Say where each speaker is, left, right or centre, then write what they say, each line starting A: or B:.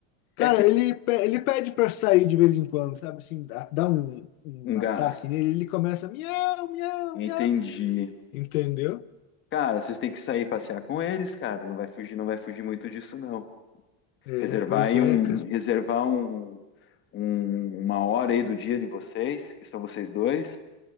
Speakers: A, on the left (about 85°); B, on the left (about 30°).
A: Cara,
B: É aquele
A: ele, pe- ele pede pra sair de vez em quando, sabe? Assim, dá, dá um, um
B: um
A: ataque
B: gás.
A: nele, ele começa miau, miau,
B: Entendi.
A: miau. Entendeu?
B: Cara, vocês têm que sair passear com eles, cara. Não vai fugir, não vai fugir muito disso, não.
A: É,
B: Reservar
A: pois
B: aí
A: é,
B: um.
A: cara.
B: Reservar um, um- uma hora aí do dia de vocês, que são vocês dois,